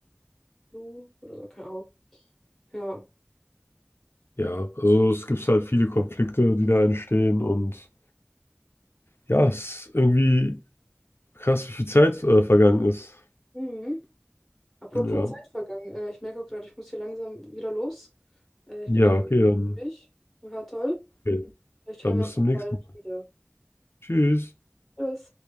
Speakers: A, in the centre; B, on the left (about 70°).
A: Lou oder so, keine Ahnung. Ja.
B: Ja, also es gibt halt viele Konflikte, die da entstehen und ja, es ist irgendwie krass, wie viel Zeit äh, vergangen ist.
A: Mhm. Apropos
B: Ja.
A: Zeit vergangen. Äh, ich merke auch gerade, ich muss hier langsam wieder los. Äh, ich
B: Ja,
A: bedanke
B: okay, dann,
A: mich. War toll.
B: okay,
A: Vielleicht
B: dann
A: hören wir
B: bis
A: uns
B: zum
A: auch
B: nächsten
A: bald
B: Mal.
A: wieder.
B: Tschüss.
A: Tschüss.